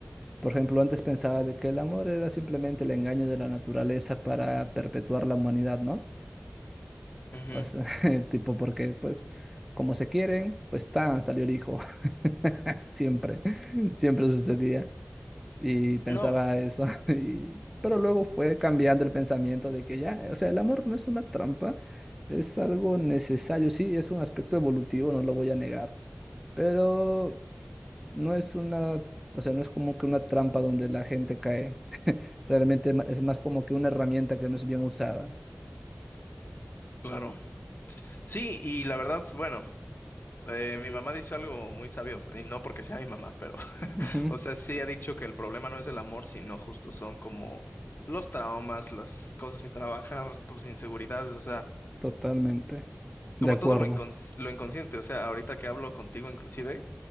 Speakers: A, in the centre; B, on the left.
A: Por ejemplo, antes pensaba de que el amor era simplemente el engaño de la naturaleza para perpetuar la humanidad, ¿no?
B: Ujú.
A: O sea, <laughs> tipo porque, pues, como se quieren, pues tan, salió el hijo. <laughs> Siempre, siempre sucedía. Y pensaba
B: No,
A: eso, <laughs> y- pero luego fue cambiando el pensamiento de que ya, o sea, el amor no es una trampa, es algo necesario, sí, es un aspecto evolutivo, no lo voy a negar, pero no es una, o sea, no es como que una trampa donde la gente cae, realmente ma- es más como que una herramienta que no es bien usada.
B: claro. Sí, y la verdad, bueno. Eh, mi mamá dice algo muy sabio, y no porque sea mi mamá, pero, <laughs>
A: Ujú,
B: o sea, sí ha dicho que el problema no es el amor, sino justo son como los traumas, las cosas sin trabajar, tus inseguridades, o sea,
A: totalmente, de
B: como
A: acuerdo.
B: todo lo incons- lo inconsciente, o sea, ahorita que hablo contigo inclusive,